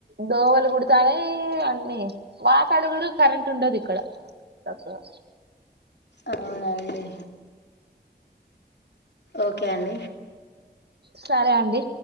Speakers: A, on the right; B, on the left.
A: దోవలు కుడతానే అన్నీ వాత అడుగుడు కరెంట్ <unintelligible> అండది ఇక్కడ తక్కగా
B: అవునండి ఓకే అండి
A: సరే అండి